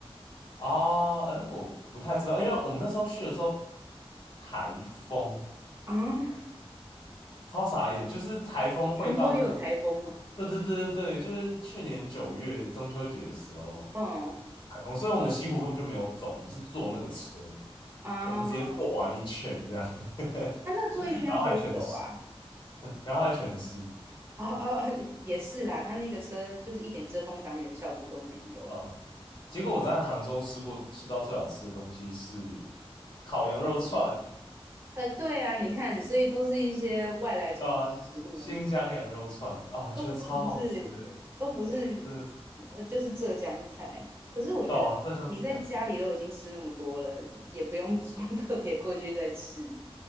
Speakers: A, on the left; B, on the right.
A: 啊，哎，我不太知道，因为我们那时候去的时候，台风，
B: 啊。
A: 超傻眼，就是台风会到那么，
B: 杭州也有台风吗？
A: 对对对对对，就是去年九月中秋节的时候，
B: 嗯
A: 台风，所以我们西湖根本就没有走，我们是坐那个车，
B: 啊，
A: 我们直接坐完一圈这样，<laughs>
B: 它那坐一圈要多久啊？
A: 然后还全湿，<laughs> 然后还全湿
B: 哦哦，也是啦，他那个车就是一点遮风挡雨的效果都没有。
A: 啊。结果我在杭州吃过吃到最好吃的东西是烤羊肉串，
B: 呃，对啊，你看，所以都是一些外来种植物，
A: 对啊，新疆羊肉串啊，我觉得超好吃的，
B: 都都不是，都不是，
A: 真的，
B: 呃，就是浙江菜。可是我觉得你在家里都已经吃那么多了，
A: 对啊，浙江菜，
B: 也不用说 <laughs> 特别过去再吃。